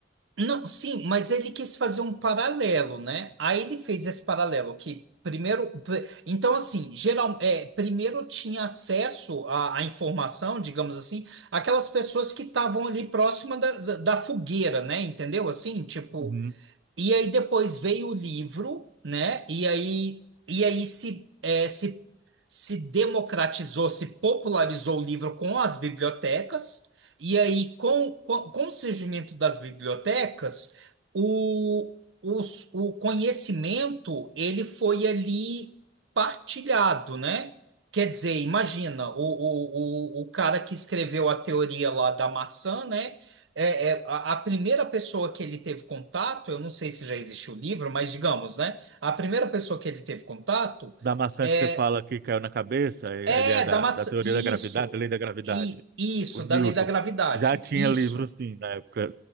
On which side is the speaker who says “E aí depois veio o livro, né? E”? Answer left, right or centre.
Right